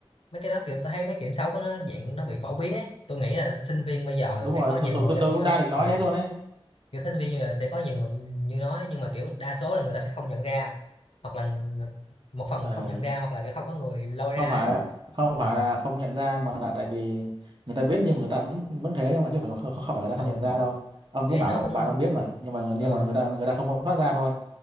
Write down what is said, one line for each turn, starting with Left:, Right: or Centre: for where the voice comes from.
Left: mấy cái đó kiểu tôi thấy mấy kiểm xấu của nó dạng nó bị phổ biến ấy tôi nghĩ là sinh viên bây giờ
Right: đúng
Left: sẽ
Right: rồi
Left: có nhiều
Right: tôi tôi
Left: người
Right: tôi
Left: giống
Right: tôi
Left: như
Right: cũng
Left: nó
Right: đang định nói
Left: ừ.
Right: thế luôn đấy
Left: kiểu thích viên như là sẽ có nhiều người như nói nhưng mà kiểu đa số là người ta sẽ không nhận ra hoặc là người- một phần
Right: ờ,
Left: không nhận ra hoặc là kiểu không có người lôi
Right: không
Left: ra
Right: phải
Left: ấy
Right: không
Left: ừ.
Right: phải là không nhận ra mà là tại vì người ta biết nhưng mà người ta vẫn vẫn thế đâu mà chứ không phải không, không phải người ta
Left: ờ.
Right: không nhận ra đâu ông
Left: thì
Right: cũng
Left: ấy
Right: bảo
Left: nó
Right: là
Left: cũng
Right: bạn ông biết mà nhưng mà nhưng
Left: ờ,
Right: mà người ta người ta không muốn thoát ra thôi